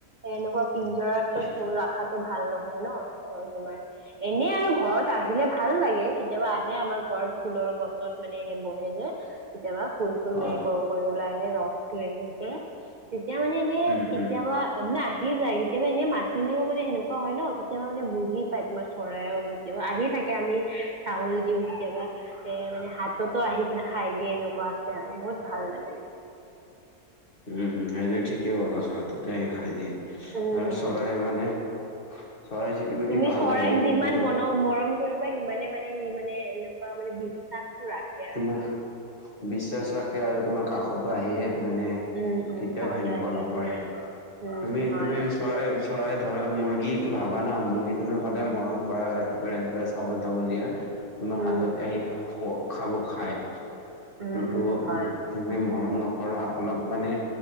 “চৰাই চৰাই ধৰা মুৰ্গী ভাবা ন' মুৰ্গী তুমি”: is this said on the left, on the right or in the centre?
Left